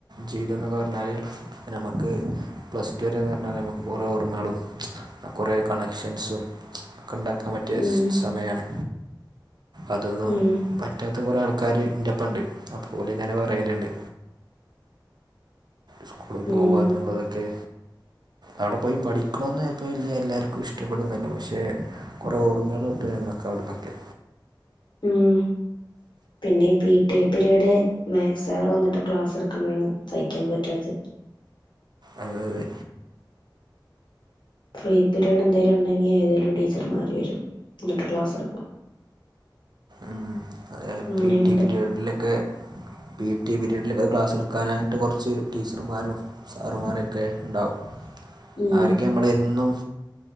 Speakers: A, on the right (about 60°); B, on the left (about 70°).
A: ജീവിതന്നക്ക പറഞ്ഞാല് നമക്ക് പ്ലസ ടു വരെന്ന് പറഞ്ഞാൽ നമക്ക് കൊറേ ഓർമ്മളും കൊറേ കണക്ഷൻസും ഒക്കെ ണ്ടാക്കാൻ പറ്റിയ
B: ഉം
A: സമയാണ് അതൊന്നും
B: ഉം
A: പറ്റാത്ത കൊറേ ആൾക്കാര് ഇന്റെപ്പണ്ട് അപ്പോലുംങ്ങനെ പറയല്ണ്ട് സ്കൂളി പോവാന്നുള്ളതൊക്കെ
B: ഉം
A: അവിടെ പോയി പഠിക്കണന്നൊക്കെ ചെലപ്പോ വല്യ എല്ലാർക്കും ഇഷ്ടപ്പെടോന്നുല്ല പക്ഷെ കൊറേ ഓർമ്മകൾ കിട്ടാ ഞമ്മക്ക് അവിട്ന്നൊക്കെ
B: ഉം പിന്നെ പി ടി പിരീഡ് മാത്‍സാർ വന്നിട്ട് ക്ലാസ് ഇട്ക്ക്ണാണ് സയ്ക്കാൻ പറ്റാത്ത
A: അതെ അതേ
B: ഫ്രീ പീരീഡ് എന്തെലും ഉണ്ടെങ്കി ഏതെലും ടീച്ചർമാര് വരും ന്നിട്ട് ക്ലാസ് എടുക്കും
A: ഉ അതായത്
B: അങ്ങനെയുണ്ട്
A: പി ടി പിരീഡിലൊക്കെ പി ടി പിരീഡിലൊക്കെ ക്ലാസ് എടുക്കാനായിട്ട് കൊർച്ച് ടീച്ചർമാരും സാറുമാരൊക്കെണ്ടാവും
B: ഉം
A: അവരൊക്കെ നമ്മള് എന്നും